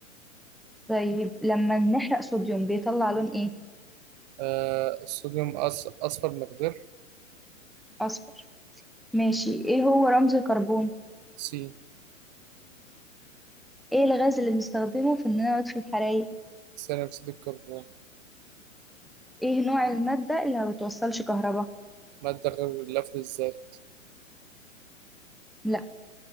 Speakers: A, in the centre; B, on the right.
A: طيب لما نحرق صوديوم بيطلع لون ايه
B: آه الصوديوم أص- اصفر مقدار
A: أصفر ماشي ايه هو رمز الكربون
B: سي
A: ايه الغاز اللي بنستخدمه في اننا نطفي الحرايق
B: ثاني اكسيد الكربون
A: ايه نوع المادة اللي ما بتوصلش كهرباء
B: مادة غير اللفظ الذري
A: لا